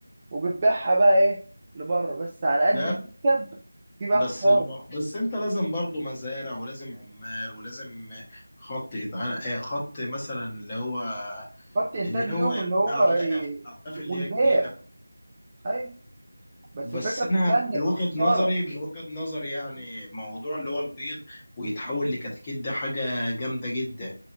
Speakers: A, on the right; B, on the left.
A: وبتبيعها بقى ايه لبره بس على قد
B: لا
A: المكسب في بقى
B: بس
A: خساره
B: الم... بس انت لازم برضو مزارع ولازم عمال ولازم خط إدعام- آه، خط مثلا اللي هو
A: خط انتاج
B: اللي
A: اليوم
B: هو يعني
A: اللي هو
B: اعلاف
A: إيه
B: اعلاف اللي
A: والبيع
B: هي تجيلك
A: ايوه بس
B: بس
A: الفكره
B: انا
A: كلها ان
B: من وجهة
A: الخساره
B: نظري من وجهة نظري يعني موضوع اللي هو البيض ويتحول لكتاكيت ده حاجة جامدة جدا